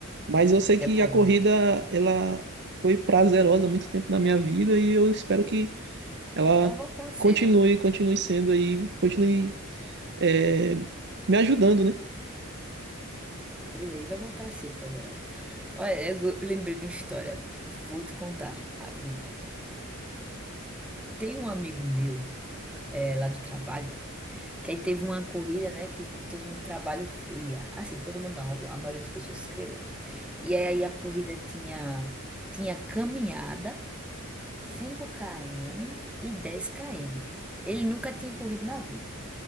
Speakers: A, on the right (about 55°); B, in the centre.
A: Mas eu sei
B: É
A: que
B: bom.
A: a corrida, ela foi prazerosa há muito tempo na minha vida e eu espero que ela
B: Vai voltar a ser,
A: continue,
B: né?
A: continue sendo aí, continue é, me ajudando, né?
B: Pois aí, vai voltar a ser prazerado. Olha, eu go- lembrei de uma história. Vou te contar, rapidinho. Tem um amigo meu, é, lá do trabalho, que aí teve uma corrida, né? Que todo mundo do trabalho ia. Assim, todo mundo não, a maioria das pessoas se inscreveram. E aí a corrida tinha, tinha caminhada, cinco km e dez km Ele nunca tinha corrido na vida.